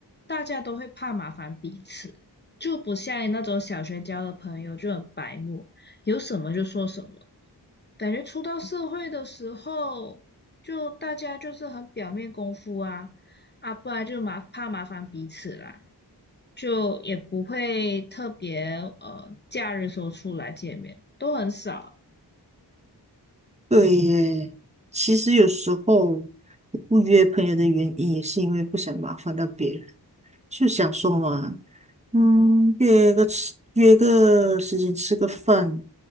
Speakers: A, on the left (about 25°); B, on the right (about 15°).
A: 大家都会怕麻烦彼此，就不像那种小学交的朋友就很白目，有什么就说什么。感觉出到社会的时候，就大家就是很表面功夫啊，啊，不然就麻怕麻烦彼此啦，就也不会特别呃假日时候出来见面，都很少，
B: 对耶，其实有时候我不约朋友的原因，也是因为不想麻烦到别人，就想说嘛，嗯，约个吃约个时间吃个饭，